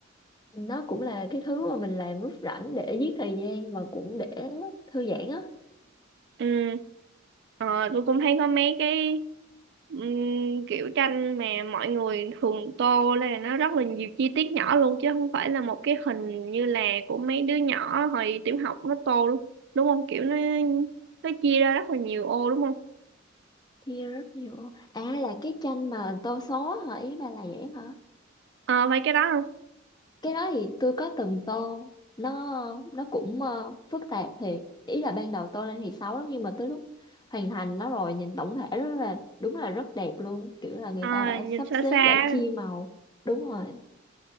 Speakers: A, on the left; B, on the right.
A: nó cũng là cái thứ mà mình làm lúc rảnh để giết thời gian và cũng để thư giãn á
B: ừ Ờ, tôi cũng thấy có mấy cái ừm, kiểu tranh mà mọi người thường tô là nó rất là nhiều chi tiết nhỏ luôn chứ không phải là một cái hình như là của mấy đứa nhỏ hồi tiểu học nó tô luôn đúng không kiểu nó nó chia ra rất là nhiều ô đúng không
A: chia rất nhiều à là cái tranh mà tô số hả ý bà là vậy hả
B: ờ phải cái đó không
A: cái đó thì tôi có từng tô nó nó cũng ờ, phức tạp thiệt ý là ban đầu tô lên thì xấu lắm nhưng mà tới lúc hoàn thành nó rồi nhìn tổng thể rất là đúng là rất đẹp luôn kiểu là người
B: ờ
A: ta đã
B: nhìn
A: sắp
B: xa
A: xếp
B: xa
A: đã chia màu đúng rồi